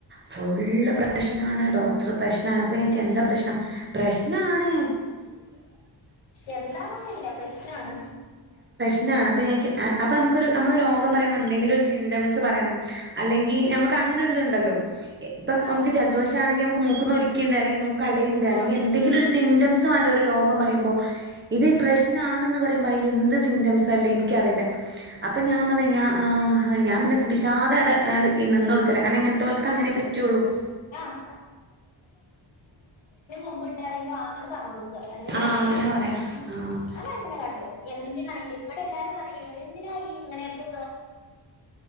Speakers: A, on the right; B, on the left.
A: ഫുള്ള് പ്രശ്നാണ് ഡോക്ടർ പ്രശ്നാണ് അപ്പ ഞാന്‍ ചോദിച്ച് എന്താ പ്രശ്നം പ്രശ്നാണ്
B: എന്താന്നൊന്നില്ല പ്രശ് എന്നാണ്
A: <unintelligible> ന്നാണ് അപ്പൊ ഞാ ചോയ്ച്ചു ആ അപ്പൊ ഞമ്മക്കൊരു ഞമ്മളൊരു രോഗം പറയുമ്പോ എന്തെങ്കിലും ഒരു സിംന്റ്മ്സ് പറയണം അല്ലെങ്കി ഞമ്മക്ക് അങ്ങനെ ഒരിതുണ്ടല്ലോ ഇപ്പം
B: ആഹ്
A: നമുക്ക് ജലദോഷാണെങ്കി നമുക്ക് മൂക്കുന്ന് ഒലിക്കെൺണ്ട് അല്ലെങ്കി മൂക്കടയുണ്ട് അല്ലെങ്കി
B: ആഹ്
A: എൻ എന്തെങ്കിലും ഒരു സിംന്റമ്സ് വേണ്ടെ ഒരു രോ ന്നും പറയുമ്പോ ഇത് പ്രശ്നാ നിന്ന് പറയുമ്പോ അതിൽ എന്ത് സിംറ്റംസാല്ലെ ഇൻക്കറിയില്ല അപ്പൊ ഞാൻ പറഞ്ഞു ഞാൻ ആ വിഷാദട നിന്ന് കൊടുക്കല കാരണം ഇങ്ങനത്തോൽക്കങ്ങനെ പറ്റൊ ള്ളു
B: ആഹ് പ്പ്ണ്ട്ന്ന് പറയുമ്പോ ആന്നണ്ട് പറഞ്ഞൊട്ക അതെന്നെ നിവർത്തിയുള്ളൂ
A: ആഹ് അങ്ങനെ പറയാ ആഹ്
B: ഞാനങ്ങനെതന്നെ കാട്ടല് എന്തിനാണെങ്കിലും ഇവിടെ എല്ലാരും പറയും എന്തിനാ ഇയ്യ്ങ്ങനെ പൊ